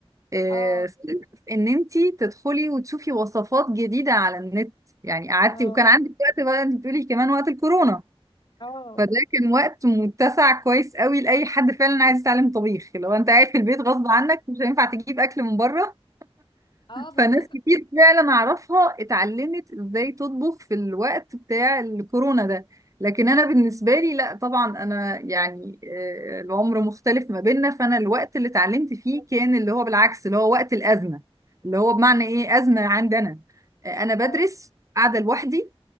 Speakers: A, on the right; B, on the left.
A: آه،
B: اه
A: ان انتي تدخلي وتشوفي وصفات جديده على النت يعني قعدتي
B: اه
A: وكان عندك وقت بقى انت بتقولي كمان وقت الكورونا
B: اه
A: فده كان وقت متسع كويس قوي لاي حد فعلا عايز يتعلم طبيخ لو انت قاعد في البيت غصب عنك مش هينفع تجيب اكل من بره
B: اه بالظبط
A: فناس كتير فعلا اعرفها اتعلمت ازاي تطبخ في الوقت بتاع الكورونا ده لكن انا بالنسبه لي لا طبعا انا يعني آه، العمر مختلف ما بيننا فانا الوقت اللي اتعلمت فيه كان اللي هو بالعكس اللي هو وقت الازمه اللي هو بمعنى ايه ازمه عندنا آه، انا بدرس
B: اه
A: قاعده لوحدي